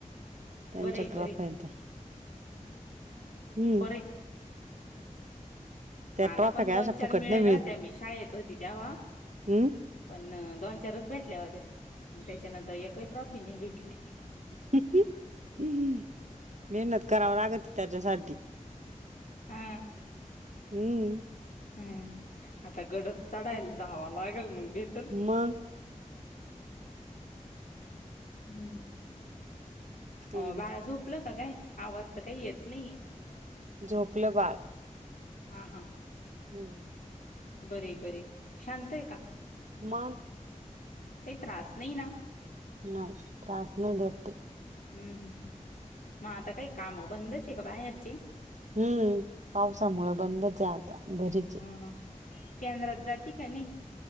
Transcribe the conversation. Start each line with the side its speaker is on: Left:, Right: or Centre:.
Right: त्यांच्या
Left: बर
Right: ट्रॉफ्या
Left: बरी
Right: आहेत त्या हम्म
Left: बर.
Right: त्या
Left: मला
Right: ट्रॉफ्या
Left: पण
Right: काय
Left: दोन
Right: अशा
Left: चार
Right: फुकट
Left: मिळेल्या
Right: नाही
Left: होत्या मी शाळा येत होती तेव्हा.
Right: हम
Left: पण दोन चारच भेटल्या होत्या त्याच्यानंतर एक काही ट्रॉफी नाही भेटली.
Right: ह मेहनत कराव लागत त्याच्यासाठी.
Left: हा
Right: हम्म
Left: हम आता गडद चढायला रावा लागेल मग भेट
Right: मग.
Left: हम्म
Right: हम्म
Left: हो बाळा झोपलं का काय आवाज तर काही येत नाही.
Right: झोपलं बाळ.
Left: ह हां.
Right: हम्म
Left: बर बर शांत आहे का?
Right: मग.
Left: काही त्रास नाही ना.
Right: नाही त्रास नाही देते.
Left: हम् हम् मग आता काही काम बंदच आहे का बाहेरचे.
Right: हम्म पावसामु बंदच आहे आता घरीच.
Left: ह ह केंद्रात जाते का नाही.